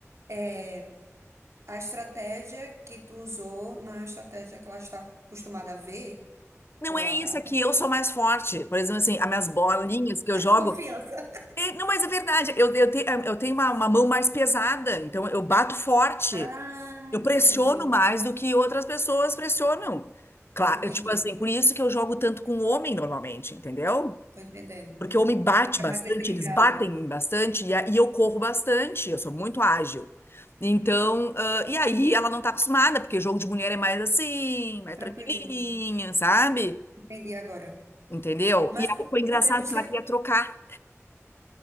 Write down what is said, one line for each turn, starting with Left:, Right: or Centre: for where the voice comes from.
Right: é, a estratégia que tu usou não é a estratégia que ela está acostumada a ver,
Left: Não
Right: ou
Left: é
Right: a,
Left: isso,
Right: a-
Left: aqui. eu sou mais forte. Por exemplo, assim, as minhas bolinhas que eu
Right: a
Left: jogo,
Right: <laughs> confiança.
Left: É, não, mas é verdade, eu, eu, te- eu tenho uma, uma mão mais pesada, então eu bato forte.
Right: Ah,
Left: Eu
Right: entendi,
Left: pressiono mais do que outras pessoas pressionam. Claro,
Right: entendi,
Left: tipo assim, por isso que eu jogo tanto com homem normalmente, entendeu?
Right: tô entendendo.
Left: Porque o homem bate
Right: Fica
Left: bastante,
Right: mais equilibrado,
Left: eles batem bastante e, a- e eu corro bastante, eu sou muito ágil. Então, ah, e aí ela não tá acostumada, porque o jogo de mulher é mais assim, mais
Right: tranquilinho,
Left: tranquilinha, sabe?
Right: entendi agora.
Left: Entendeu?
Right: Mas
Left: E aí
Right: por,
Left: foi engraçado
Right: porque tu sempre...
Left: que ela queria trocar.